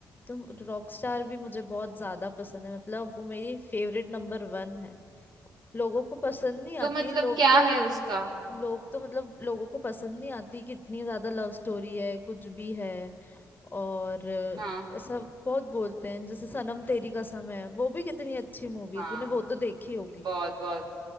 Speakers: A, on the left (about 25°); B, on the right (about 65°).
A: तो रॉकस्टार भी मुझे बहुत ज्यादा पसंद है मतलब वो मेरी फेवरेट नंबर वन है लोगों को पसंद नहीं
B: तो
A: आती
B: मतलब
A: है लोग
B: क्या
A: तो
B: है उसका
A: लोग तो मतलब लोगों को पसंद नहीं आती कि इतनी ज्यादा लव स्टोरी है कुछ भी है और
B: हाँ
A: ऐसा बहुत बोलते हैं जैसे सनम तेरी कसम है वो भी कितनी अच्छी मूवी
B: हाँ
A: है तूने वो तो देखी होगी
B: बहुत बहुत